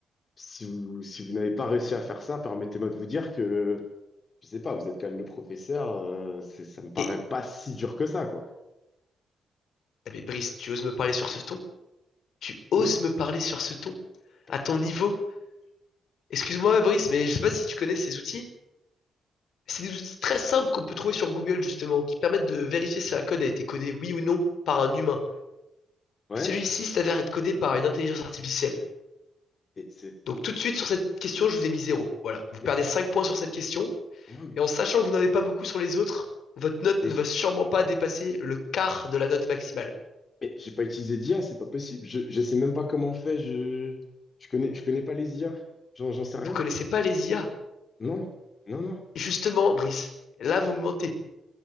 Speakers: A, on the left; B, on the left.
A: si vous, si vous n'avez pas réussi à faire ça, permettez-moi de vous dire que, je sais pas, vous êtes quand même le professeur, euh, c'est- ça me paraît
B: Et
A: pas si dur que ça, quoi.
B: Ah, mais Brice, tu oses me parler sur ce ton? Tu oses
A: Non, non,
B: me parler sur ce ton?
A: pas
B: À
A: du
B: ton
A: tout,
B: niveau? Excuse-moi,
A: pas du
B: Brice,
A: tout.
B: mais je sais pas si tu connais ces outils. C'est des outils très simples qu'on peut trouver sur Google, justement, qui permettent de vérifier si un code a été codé oui ou non par un humain.
A: Ouais.
B: Et celui-ci s'avère être codé par une intelligence artificielle.
A: Et c'est
B: Donc tout de suite sur cette question, je vous ai mis zéro. Voilà. Vous
A: Mais
B: perdez
A: ça,
B: 5 points sur cette question.
A: mais non, mais,
B: Et en sachant
A: mais,
B: que vous n'en avez pas beaucoup sur les autres, votre note
A: mais
B: ne
A: j'ai
B: va sûrement pas dépasser le quart de la note maximale.
A: mais j'ai pas utilisé d'IA, c'est pas possible. Je, je sais même pas comment on fait. Je, je connais, je connais pas les IA. J'en, j'en sais rien.
B: Vous connaissez pas les IA.
A: Non, non, non.
B: Et justement, Brice, là vous me mentez.